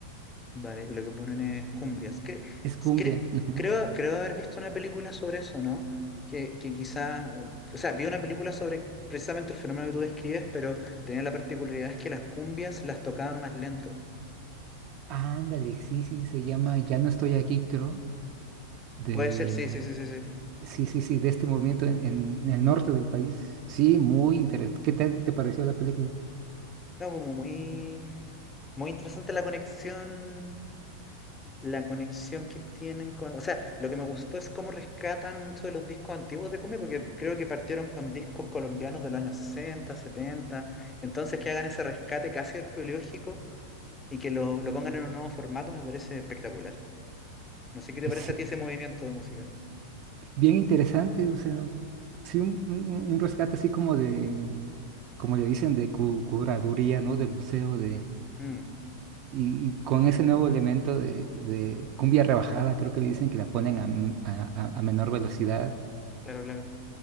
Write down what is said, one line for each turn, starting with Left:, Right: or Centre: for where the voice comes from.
Left: Vale, y lo que ponen es cumbias. Cre-
Right: Es cumbia.
Left: cre-
Right: ujú.
Left: creo, creo haber visto una película sobre eso, ¿no? Que, que quizá, o sea, vi una película sobre precisamente el fenómeno que tú describes, pero tenía la particularidad es que las cumbias las tocaban más lento.
Right: Ándale, sí, sí, se llama Ya no estoy aquí, creo, de...
Left: Puede ser, sí, sí, sí, sí, sí.
Right: Sí, sí, sí, de este movimiento en, en- en el norte del país. Sí, muy interesante. ¿Qué tal te pareció la película?
Left: No, mu- mu- muy, muy interesante la conexión la conexión que tienen con... O sea, lo que me gustó es cómo rescatan muchos de los discos antiguos de Cumbia, porque creo que partieron con discos colombianos de los años 60 setenta Entonces, que hagan ese rescate casi arqueológico y que lo, lo pongan en un nuevo formato me parece espectacular. No sé qué te
Right: <laughs>
Left: parece a ti ese movimiento de música.
Right: bien interesante, o sea, sí, un, un- un rescate así como de, como le dicen, de cu- curaduría, ¿no? De museo, de,
Left: Mm,
Right: y, y con ese nuevo elemento de, de cumbia rebajada, creo que le dicen que la ponen a, m- a- a- a menor velocidad,
Left: claro, claro.